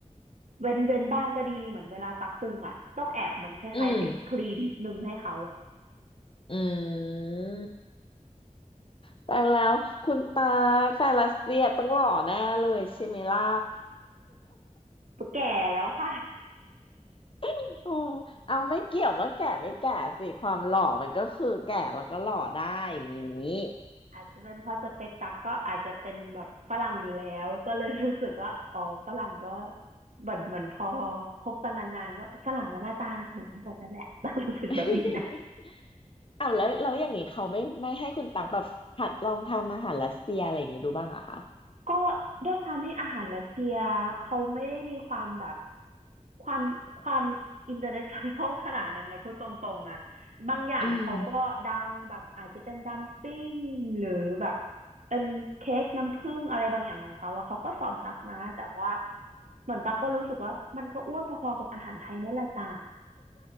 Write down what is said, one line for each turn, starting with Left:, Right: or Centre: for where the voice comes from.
Right: เว้นเว้นบ้างก็ดีเหมือนเวลาตักปรุงอ่ะต้องแอบเหมือนคล้ายๆติดคลีนนิดนึงให้เขาอ่ะ
Left: อืมอืมแต่แล้วคุณตาแฟนรัสเซียต้องหล่อแน่เลยใช่ไหมล่ะ
Right: แก่แล้วค่ะ
Left: <laughs> โอ้เอาไม่เกี่ยวว่าแก่ไม่แก่สิความหล่อมันก็คือแก่แล้วก็หล่อได้อย่างนี้
Right: อาจจะเป็นเพราะสเปกตักก็อาจจะเป็นแบบฝรั่งอยู่แล้วก็เลย <laughs> รู้สึกว่าอ๋อฝรั่งก็เหมือนเหมือนพอคบกันนานๆก็ฝรั่งก็หน้าตาเหมือนกันหมดนั่นแหละ <laughs> ตักรู้สึกแบบนี้นะ
Left: <laughs> อ้าวแล้วแล้วอย่างนี้เขาไม่ไม่ให้คุณตักแบบหัดลองทำอาหารรัสเซียอะไรอย่างนี้ดูบ้างอะคะ
Right: ก็ด้วยความที่อาหารรัสเซียเขาไม่ได้มีความแบบความความอินเตอร์เนชั่นแนล <laughs> ขนาดนั้นนะพูดตรงๆอ่ะบางอย่างเขาก็ดังแบบอาจจะเป็นดัมปิ้งหรือแบบ
Left: อืม
Right: เป็นเค้กน้ำผึ้งอะไรบางอย่างของเขาอะเขาก็สอนตักมาแต่ว่าเหมือนตักก็รู้สึกว่ามันก็อ้วนพอๆกับอาหารไทยนั่นแหละจ้า